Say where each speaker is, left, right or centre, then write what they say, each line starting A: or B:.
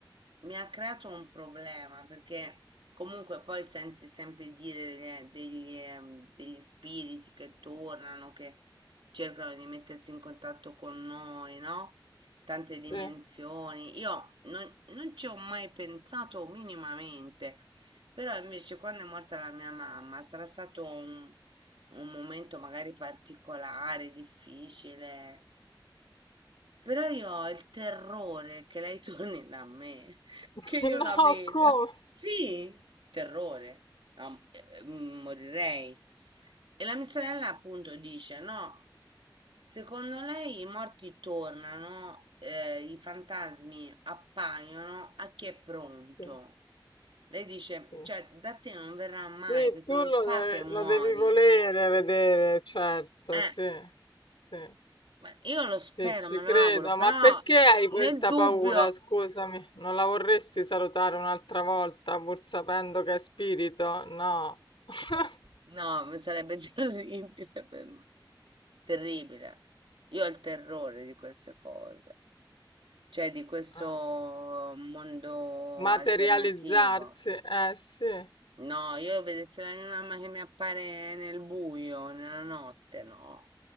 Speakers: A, on the right; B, on the left.
A: mi ha creato un problema perché comunque poi senti sempre dire degli, degli, ehm, degli spiriti che tornano, che cercano di mettersi in contatto con noi, no? Tante Mhm. dimensioni.
B: Sì.
A: Io non, non ci ho mai pensato minimamente, però invece quando è morta la mia mamma sarà stato un, un momento magari particolare, difficile però io ho il terrore che lei <laughs> torni da me, <laughs>
B: <laughs>
A: che
B: No,
A: io la veda.
B: come?
A: Sì, il terrore. No, eh, eh, morirei. E la mia sorella appunto dice, no, secondo lei i morti tornano, eh, i fantasmi appaiono a chi è pronto.
B: Sì,
A: Lei dice,
B: sì.
A: cioè, da te non verrà mai
B: Sì,
A: perché
B: tu
A: lo
B: lo,
A: sa
B: de-
A: che muori.
B: lo devi volere vedere, certo,
A: Eh,
B: sì, sì.
A: ma io lo spero,
B: Sì, ci
A: me
B: credo,
A: lo auguro, però
B: ma perché hai questa
A: nel dubbio...
B: paura? Scusami, non la vorresti salutare un'altra volta pur sapendo che è spirito? No. <laughs>
A: No, mi sarebbe <laughs> terribile per me. Terribile. Io ho il terrore di queste cose, cioè di questo
B: Eh,
A: mondo
B: Materializzarsi?
A: alternativo.
B: Eh sì,
A: No, io vedessi la mia mamma che mi appare nel buio, nella notte, no.